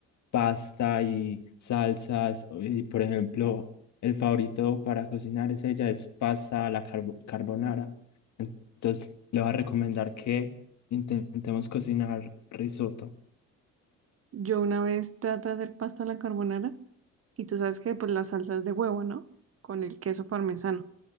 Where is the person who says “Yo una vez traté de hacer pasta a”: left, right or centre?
Right